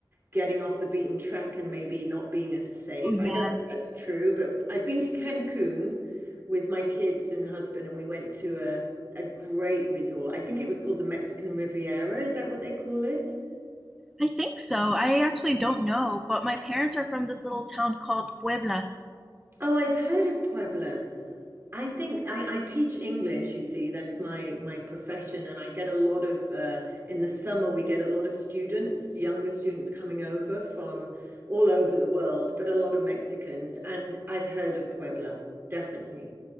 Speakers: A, on the right (about 30°); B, in the centre.
A: getting off the beaten track and maybe not being as safe.
B: Oh,
A: I don't know if that's true, but I've been to Cancun with my kids and husband, and we went to a, a great resort. I think it was called the Mexican Riviera. Is that what they call it?
B: I think so. I actually don't know, but my parents are from this little town called Puebla.
A: Oh, I've heard of Puebla. I think I, I teach English, you see, that's my my profession, and I get a lot of uh, in the summer we get a lot of students, younger students coming over from all over the world, but a lot of Mexicans, and I've heard of Puebla, definitely.